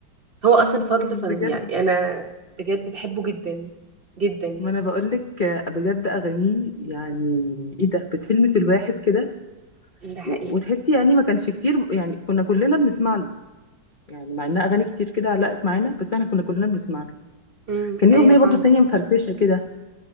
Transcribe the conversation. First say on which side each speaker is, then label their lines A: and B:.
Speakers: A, on the right; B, on the left.
A: هو
B: مم،
A: اصلا فضل فظيع
B: بجد
A: يعني انا بجد بحبه جدا جدا يعني
B: ما انا بقول لك بجد اغانيه يعني ايه ده بتلمس الواحد كده
A: ده حقيقي
B: و- وتحسي يعني ما كانش كتير يعني كنا كلنا بنسمع له يعني مع انها اغاني كتير كده علقت معانا بس احنا كنا كلنا بنسمع له
A: امم
B: كان ليه
A: ايوه
B: اغنيه
A: فعلا
B: برضو تانية مفرفشه كده